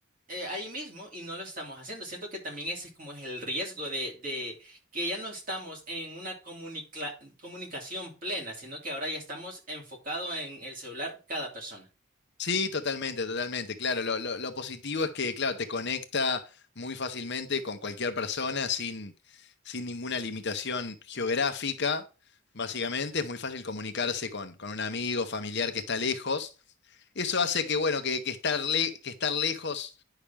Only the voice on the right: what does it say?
eh, ahí mismo y no lo estamos haciendo. Siento que también ese es como es el riesgo de, de que ya no estamos en una comunicla- comunicación plena, sino que ahora ya estamos enfocados en el celular cada persona.